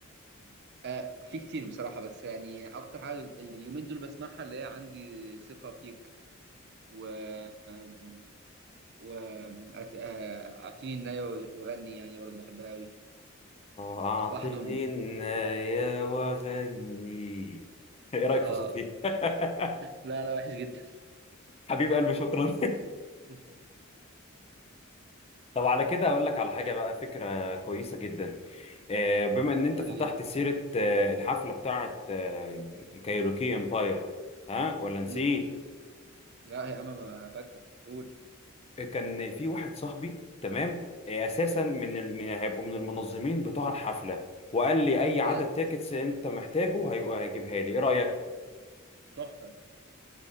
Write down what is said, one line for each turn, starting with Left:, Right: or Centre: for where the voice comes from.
Right: آه في كتير بصراحه بس يعني اكتر حاجه اليومين دول بسمعها اللي هي عندي ثقه فيك و آم، و آم، أت- آه، اعطيني النايه وغني يعني برضه بحبها قوي
Left: أعطني
Right: وحد <laughs>
Left: النايا وغني <laughs> إيه رأيك
Right: اه
Left: في صوتي؟ <laughs>
Right: لا لا وحش جدا
Left: حبيب قلبي شكرا <laughs>
Right: <laughs>
Left: طب على كده أقول لك على حاجة بقى فكرة كويسة جدا آه، بما إن أنت
Right: قول
Left: فتحت
Right: لي
Left: سيرة آه، الحفلة بتاعة آه، كايروكي امباير ها ولا نسيت؟
Right: امم لا يا عم ما فاكرك قول
Left: كان في واحد صاحبي تمام آه، أساسا من ال- من- هيبقوا من المنظمين بتوع الحفلة وقال لي أي
Right: بجد
Left: عدد تيكتس أنت محتاجه هي- هيجيبها لي إيه رأيك؟
Right: تحفة